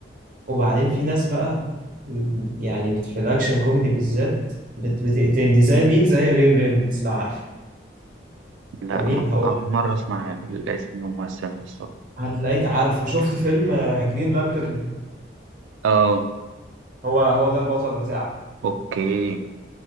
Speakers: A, on the right (about 45°); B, on the right (about 85°).
A: وبعدين في ناس بقى م، يعني بت- في الاكشن كوميدي بالذات بت- بتقتلني زي مين زي رين رينولدز لو عارفه
B: لا
A: جميل
B: ما-
A: هقول
B: أول مرة أسمع الاسم الممثل ده الصراحة
A: هتلاقيك عارفه شفت فيلم آه، جرين لانترن
B: آه
A: هو هو ده البطل بتاعه
B: اوكي